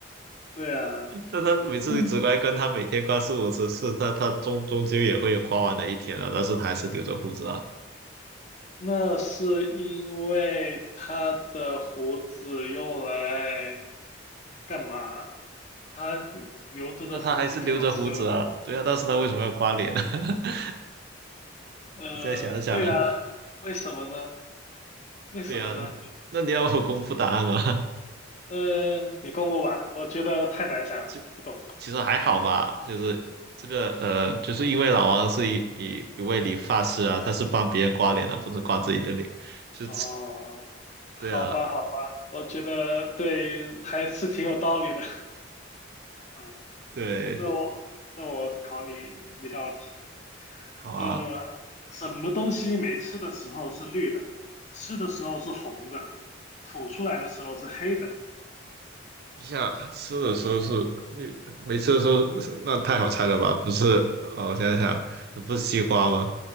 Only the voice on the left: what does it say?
对啊，
嗯，
那是因为他的胡子用来干嘛？他留着的胡子肯定是有用。
呃，
对啊，为什么呢？为什么呢？
呃，你公布吧，我觉得太难想了，
不懂。
哦，好吧，
好吧，我觉得对，还是挺有道理的。<laughs>
那我那我考你一道题，
呃，什么东西没吃的时候是绿的，吃的时候是红的，吐出来的时候是黑的？
嗯，